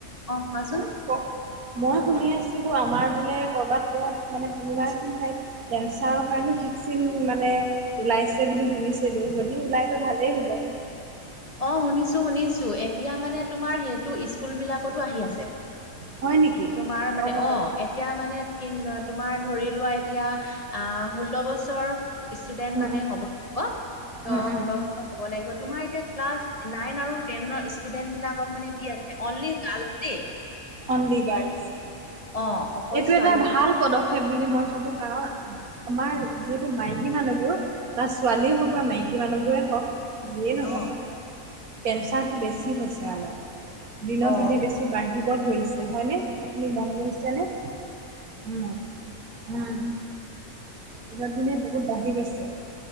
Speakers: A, on the left; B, on the right.
A: অ কোৱাচোন
B: হা মই শুনি আছিলো আমাৰ বোলে কৰ'বাত কৰ'বাত মানে কোনোবা এখন ঠাইত কেঞ্চাৰৰ কাৰণে ভেকচিন মানে ওলাইছে বুলি শুনিছিলো যদি ওলাইতো ভালেই হ'ব।
A: অঁ শুনিছো শুনিছো এতিয়া মানে তোমাৰ সেইটো স্কুলবিলাকতো আহি আছে।
B: হয় নেকি
A: তোমাৰ মানে
B: অ', উম,
A: অঁ এতিয়া মানে কি তোমাৰ ধৰি লোৱা এতিয়া আহ ষোল্ল বছৰ ষ্টুডেন্ট মানে
B: উম,
A: হ'ব
B: উম,
A: ত
B: উম,
A: ষোল্ল বছৰ হ'ব লাগিব তোমাৰ এতিয়া ক্লাছ নাইন আৰু টেনৰ ষ্টুডেন্ট বিলাকক মানে দি আছে অনলি গাৰ্লছ দেই <inaudible>
B: অনলি গাৰ্লছ
A: অ অকল
B: এইটো
A: ছোৱালী
B: এটা ভাল
A: বিলাকক
B: পদ ক্ষেপ বুলি মই ভাবো কাৰণ আমাৰ যিহেতু মাইকী মানুহবোৰ বা ছোৱালীয়ে হওক বা মাইকী মানুহবোৰে হওক যিয়ে নহওক,
A: অ
B: কেঞ্চাৰটো বেছি হৈছে মানে দিনত
A: অ
B: দিনে বেছি বাঢ়িব ধৰিছে হয় নে আপুনি মন কৰিছেনে? উম। উম দিনক দিনে বহুত বাঢ়ি গৈছে।